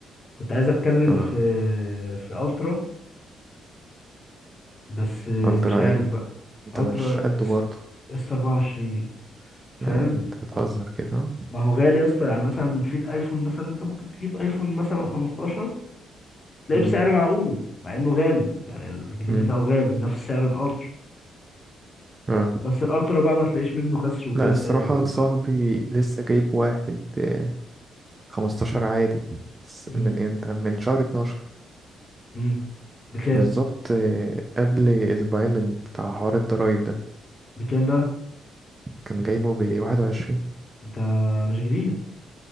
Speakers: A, on the left; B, on the right.
A: كنت عايز اتكلم
B: اه
A: في في الترا بس
B: قلت
A: مش
B: رأي
A: عارف
B: ايه
A: بقى
B: انت
A: الترا
B: مش قد
A: اس
B: برضه
A: اس 24 فاهم
B: لا لا، انت بتهزر كده
A: ما هو غالي يا اسطى يعني مثلا في الايفون مثلا انت ممكن تجيب ايفون مثلا 15 تلاقيه
B: مم.
A: بسعر معقول مع انه غالي يعني الجديد
B: مم.
A: بتاعه غالي نفس سعر الالترا
B: اه
A: بس الالترا بقى ما تلاقيش منه كسر وكده
B: لا الصراحة
A: زي ال
B: صاحبي لسه جايب واحد آه، 15 عادي س-
A: مم.
B: من امتى من شهر 12
A: مم. بكام
B: بالظبط آه، قبل اسبوعين من بتاع حوار الضرايب ده
A: بكام بقى
B: كان جايبه ب 21
A: ده مش جديد